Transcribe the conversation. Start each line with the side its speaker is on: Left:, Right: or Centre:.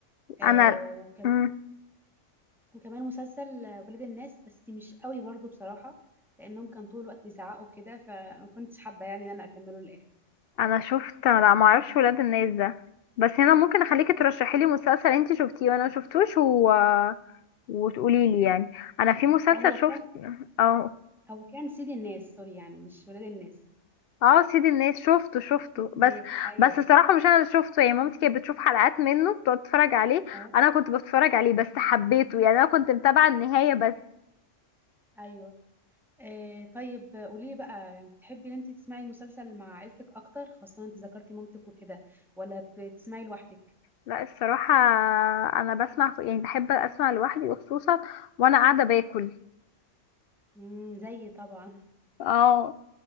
Centre: آه
Left: انا
Centre: وكمان
Left: مم.
Centre: وكمان مسلسل آه، ولاد الناس بس مش قوي برضو بصراحة لانهم كان طول الوقت بيزعقوا كده فما كنتش حابة يعني ان انا اكمله للاخر
Left: انا شفت لا ما اعرفش ولاد الناس ده بس انا ممكن اخليكي ترشحي لي مسلسل انت شفتيه وانا ما شفتوش و... وتقولي لي يعني انا في مسلسل
Centre: اه هو
Left: شفت
Centre: كان
Left: اه
Centre: هو كان سيد الناس سوري يعني مش ولاد الناس
Left: اه سيد الناس شفته شفته
Centre: سيد الناس
Left: بس
Centre: ايوه
Left: بس الصراحه مش انا اللي شفته يعني مامتي كانت بتشوف حلقات منه بتقعد تتفرج عليه
Centre: اه
Left: انا كنت بتفرج عليه بس حبيته يعني انا كنت متابعه النهايه بس
Centre: ايوه آه طيب قولي لي بقى بتحبي ان انت تسمعي المسلسل مع عيلتك اكتر خاصة انت ذكرتي مامتك وكده ولا بتسمعي لوحدك
Left: لا الصراحة أنا بسمع يعني بحب أسمع لوحدي وخصوصا وأنا قاعدة باكل
Centre: امم زيي طبعا
Left: اه